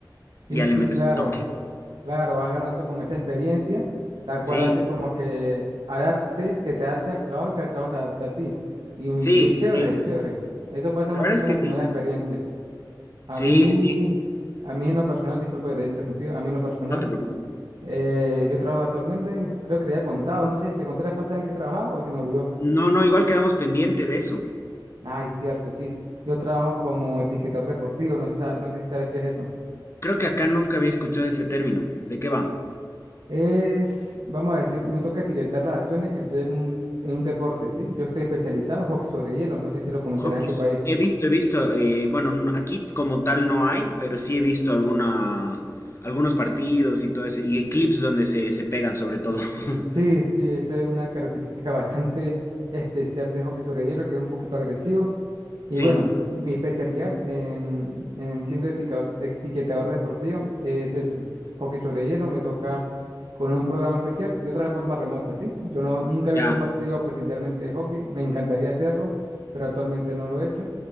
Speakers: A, on the left; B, on the right.
A: Y
B: Sí,
A: ya
B: sí,
A: le metes
B: claro.
A: tu toque.
B: Claro, vas agarrando como esa experiencia, la cual
A: Sí,
B: hace como que adaptes, que te adaptes al trabajo y que el trabajo se adapte a ti. Y,
A: sí,
B: y es chévere,
A: sí.
B: es chévere. Eso pasa
A: La
B: más
A: verdad
B: que todo
A: es
B: en
A: que
B: las
A: sí.
B: primeras experiencias. A
A: Sí,
B: mí,
A: sí,
B: a mí en lo personal, disculpa que te haya interrumpido, a mí en lo personal,
A: no te preocupes.
B: eh, yo trabajo actualmente, creo que le había contado, no sé, ¿te conté la vez pasada en qué trabajaba o se me olvidó?
A: No, no, igual quedamos pendiente de eso.
B: Ay, cierto, sí. Yo trabajo como etiquetador deportivo, no sé, sa- no sé si sabes qué es eso.
A: Creo que acá nunca había escuchado ese término. ¿De qué va?
B: Es, vamos a decir, me toca etiquetar las acciones que suceden en un, en un deporte, ¿sí? Yo estoy especializado en hockey sobre hielo, no sé si lo conocerás
A: Hockey,
B: en tu país.
A: he visto, he visto, eh, bueno, n- aquí como tal no hay, pero sí he visto alguna, algunos partidos y todo eso, y clips donde se, se pegan sobre todo. <laughs>
B: Sí, sí, eso es una característica <laughs> bastante especial de hockey sobre hielo, que es un poquito agresivo. Y
A: Sí,
B: bueno, mi especialidad en, en siendo etica- etiquetador deportivo es eso, hockey sobre hielo, me toca con un programa especial y otra de forma remota, ¿sí? Yo no, nunca he visto
A: ya.
B: un partido presencialmente de hockey, me encantaría hacerlo, pero actualmente no lo he hecho,